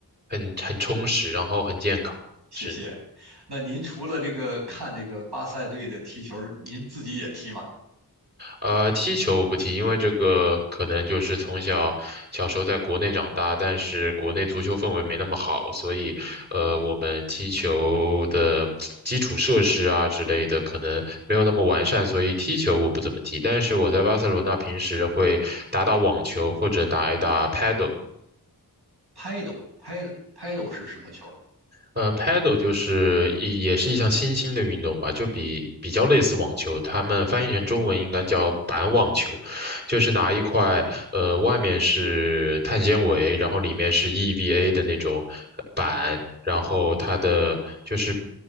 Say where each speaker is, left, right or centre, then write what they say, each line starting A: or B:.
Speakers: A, on the right; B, on the right.
A: 很很充实，然后很健康。
B: 谢谢。
A: 是，
B: 那您除了这个看这个巴塞队的踢球，您自己也踢吗
A: 呃，踢球我不踢，因为这个可能就是从小小时候在国内长大，但是国内足球氛围没那么好，所以，呃，我们踢球的基础设施啊之类的可能没有那么完善，所以踢球我不怎么踢。但是我在巴塞罗那平时会打打网球或者打一打 paddle。
B: ？Paddle，Paddle，Paddle 是什么球？
A: 呃，paddle 就是一也是一项新兴的运动吧，就比比较类似网球，他们翻译成中文应该叫板网球，就是拿一块呃外面是碳纤维，然后里面是 EVA 的那种呃板，然后它的就是